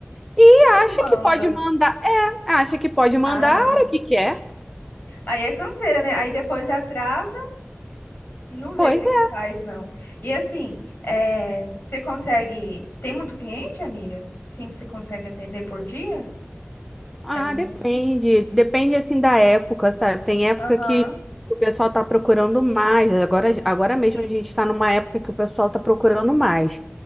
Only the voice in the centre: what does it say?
e
acha
que pode mandar, é, acha que pode mandar
a hora que quer.
Pois
é.
Ah,
depende.
Depende assim da época, sabe? Tem época
que o pessoal tá procurando mais. Agora, agora mesmo
a gente tá numa época que o pessoal tá procurando mais.